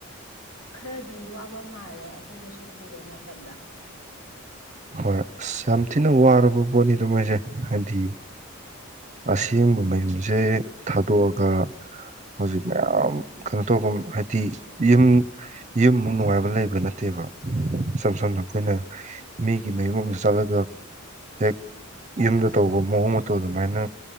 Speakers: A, on the left; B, on the right.
A: ꯈꯔꯗꯤ ꯋꯥꯕ ꯃꯥꯜꯂꯦ ꯑꯩꯈꯣꯏꯅ ꯁꯨꯝ ꯎꯕ ꯃꯇꯝꯗ
B: ꯍꯣꯏ ꯑꯁ ꯌꯥꯝ ꯊꯤꯅ ꯋꯥꯔꯕ ꯄꯣꯠꯅꯤꯗꯣ ꯃꯣꯏꯁꯦ ꯍꯥꯏꯗꯤ ꯑꯁꯦꯡꯕ ꯃꯌꯨꯝꯁꯦ ꯊꯥꯗꯣꯛꯑꯒ ꯍꯧꯖꯤꯛ ꯃꯌꯥꯝ ꯀꯩꯅꯣ ꯇꯧꯕ ꯍꯥꯏꯗꯤ ꯌꯨꯝ ꯌꯨꯝꯃꯛ ꯅꯨꯡꯉꯥꯏꯕ ꯂꯩꯕ ꯅꯠꯇꯦꯕ ꯏꯁꯝ ꯁꯝꯅ ꯑꯩꯈꯣꯏꯅ ꯃꯤꯒꯤ ꯃꯌꯨꯝ ꯑꯃꯗ ꯆꯠꯂꯒ ꯍꯦꯛ ꯌꯨꯝꯗ ꯇꯧꯕ ꯃꯑꯣꯡ ꯃꯇꯣ ꯑꯗꯨꯃꯥꯏꯅ